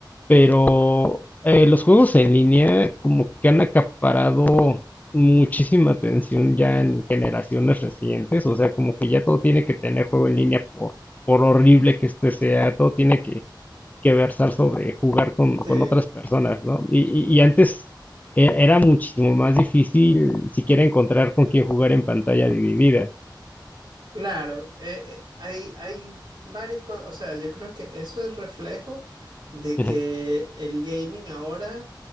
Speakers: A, on the left; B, on the right.
A: pero eh, los juegos en línea como que han acaparado muchísima atención ya en generaciones recientes, o sea, como que ya todo tiene que tener juego en línea por, por horrible que este sea, todo tiene que que versar sobre jugar con,
B: Sí.
A: con otras
B: Sí,
A: personas, ¿no? Y, y- y antes e- era muchísimo más difícil siquiera encontrar con quién jugar en pantalla dividida.
B: claro. eh, eh, hay, hay varias cosas. O sea, yo creo que eso es reflejo de
A: Ujú,
B: que el gaming ahora